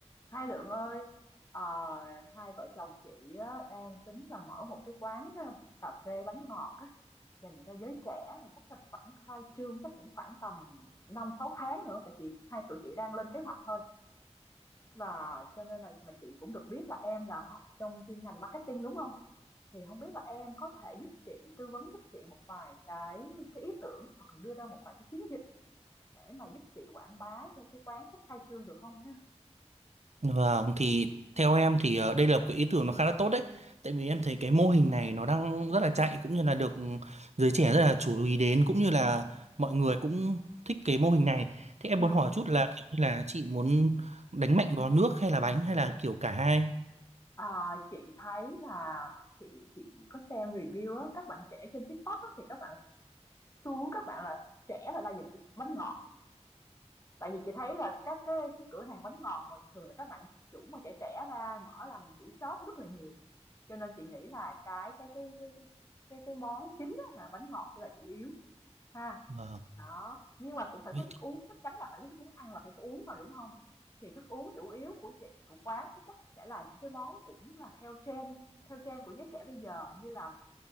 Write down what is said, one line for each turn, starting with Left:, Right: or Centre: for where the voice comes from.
Left: Hai Lượng ơi, ờ, hai vợ chồng chị á, đang tính là mở một cái quán ờ, cà phê bánh ngọt á, dành cho giới trẻ mà chắc là khoảng khai trương chắc cũng khoảng tầm 5 6 tháng nữa tại chị hai tụi chị đang lên kế hoạch thôi. Và cho nên là mà chị cũng được biết là em là học trong chuyên ngành marketing đúng không? Thì không biết là em có thể giúp chị tư vấn giúp chị một vài cái cái ý tưởng hoặc là đưa ra một vài cái chiến dịch để mà giúp chị quảng bá cho cái quán sắp khai trương được không ha?
Right: Vâng, thì theo em thì ờ, đây là một cái ý tưởng nó khá là tốt đấy. Tại vì em thấy cái mô hình này nó đang rất là chạy cũng như là được ừ, giới trẻ rất là chú ý đến cũng như là mọi người cũng thích cái mô hình này. Thế em
Left: Ừ.
Right: muốn hỏi chút là kiểu như là chị muốn đánh mạnh vào nước hay là bánh hay là kiểu cả hai?
Left: Ờ, chị thấy là chị chị chị có xem review á, các bạn trẻ trên TikTok á, thì các bạn xu hướng các bạn là trẻ là đa dạng thích bánh ngọt. Tại vì chị thấy là các cái cái cửa hàng bánh ngọt mà thường là các bạn chủ mà trẻ trẻ ra mở làm chủ shop rất là nhiều. Cho nên chị nghĩ là cái cái cái cái cái cái, cái món chính á, là bánh ngọt sẽ là chủ yếu ha.
Right: Vâng.
Left: Đó, nhưng mà cũng phải
Right: Vậy
Left: có thức
Right: thì-
Left: uống, chắc chắn là phải có thức uống, ăn là phải có uống rồi, đúng không? Thì thức uống chủ yếu của chị, của quán thì chắc sẽ là những cái món cũng là theo trend, theo trend của giới trẻ bây giờ như là,